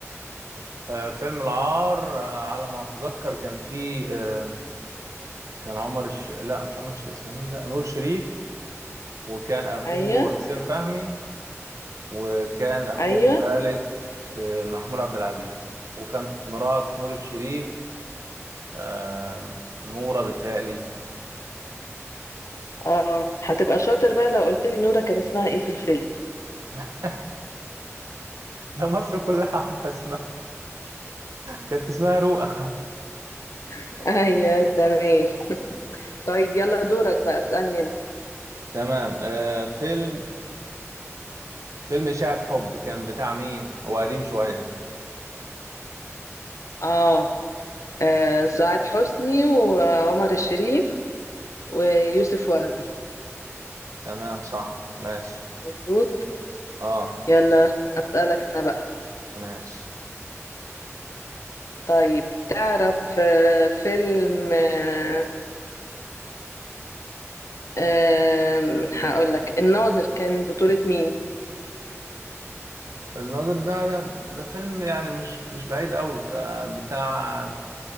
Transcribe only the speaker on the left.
ايوه
ايوه
اه هتبقى شاطر بقى لو قلت لي نورة كان اسمها ايه في الفيلم
<laughs> ايوه تمام طيب يلا دورك بقى اسالني انت
اه آه، سعاد حسني وعمر الشريف ويوسف وهبي
مظبوط
يلا أسألك أنا بقى
طيب تعرف آه، فيلم آه، آم، هقول لك الناظر كان بطولة مين؟